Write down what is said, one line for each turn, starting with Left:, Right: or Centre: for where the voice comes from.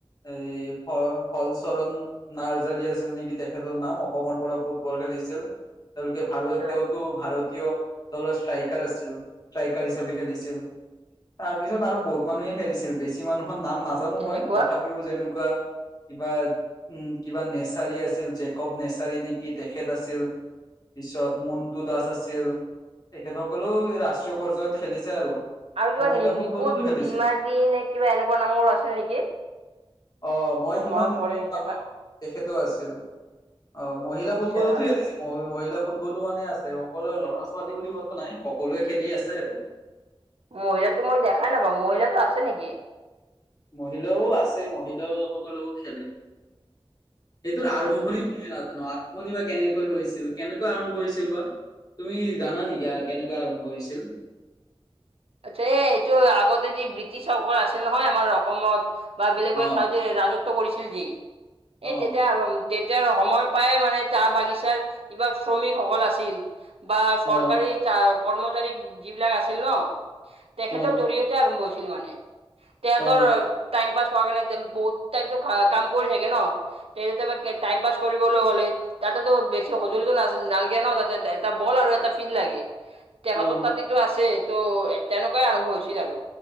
Left: এই হ-হল চৰণ নাৰ্জাৰী আছিল নেকি তেখেতৰ নাম অসমৰ পৰা ফুটবল খেলিছিল। তেওঁলোকে ভাল
Right: আচ্ছা
Left: তেওঁতো ভাৰতীয় দলৰ ষ্ট্ৰাইকাৰ আছিল। ষ্ট্ৰাইকাৰ হিচাপে খেলিছিল। তাৰ পিছত আৰু বহুত মানুহে খেলিছিল, বেছি মানুহৰ নাম না জানো
Right: তেনেকুৱা
Left: মই, তথাপিও যেনেকুৱা কিবা উম কিবা নেচাৰী আছিল জেকব নেচাৰী নে কি তেখেত আছিল, পিছত মন্টু দাস আছিল, তেখেতসকলেও ৰাষ্ট্ৰীয় পৰ্যায়ত খেলিছে আৰু।
Right: আৰু কিবা
Left: মহিলা
Right: নি-নিকু
Left: ফুটবলতো খেলিছে
Right: ডিমাৰ্জি নে কিবা এনেকুৱা নামৰো আছিল নেকি?
Left: অ মই
Right: মোৰ
Left: সিমান
Right: মনত পৰে কেতিয়াবা।
Left: নাপা তেখেতো আছিল। অ' মহিলা
Right: আচ্ছা
Left: ফুটবলোতো <inaudible> মহিলা ফুটবলো মানে আছে, সকলোৰে ল'ৰা ছোৱালী বুলি কথা নাই, সকলোৱে খেলি আছে আকৌ।
Right: মহিলাটো মই দেখাই নাপাওঁ, মহিলাটো আছে নেকি?
Left: মহিলাও আছে, মহিলা সকলেও খেলে। এইটোৰ
Right: সেইটো
Left: আৰম্ভণিটো
Right: নাছিল।
Left: <unintelligible> নাজানো আৰ ভনি বা কেনেকৈ হৈছিল? কেনেকৈ আৰম্ভ হৈছিল বা? তুমি জানা নেকি আ কেনেকৈ আৰম্ভ হৈছিল?
Right: আচ্ছা, এই এইটো আগতে যি ব্ৰিটিছসকল আছিল নহয় আমাৰ অসমত। বা বেলেগ
Left: অ
Right: বেলেগ ঠাই যে ৰাজত্ব কৰিছিল যি,
Left: অ
Right: এই তেতিয়া আৰ তেতিয়া সময়ৰ পৰাই মানে চাহ বাগিচাৰ কিবা শ্ৰমিকসকল আছিল বা
Left: অ
Right: চৰকাৰী চা কৰ্মচাৰী যিবিলাক আছিল ন তেখেতৰ
Left: অ
Right: জৰিয়তে আৰম্ভ হৈছিল মানে। তেহেতৰ
Left: অ
Right: টাইম পাছ কৰা কাৰণে বহুত টাইমতো কাম কৰি থাকে ন তে তেতিয়াবা টাইম পাছ কৰিবলৈ হ'লে তাতেতো বেছি সঁজুলিটো না নালগে ন তাতে, এটা বল আৰু এটা ফিল্ড লাগে। তেখেতৰ
Left: অ
Right: তাত এইটো আছে টো তেনেকুৱাই আৰম্ভ হৈছিল আৰু।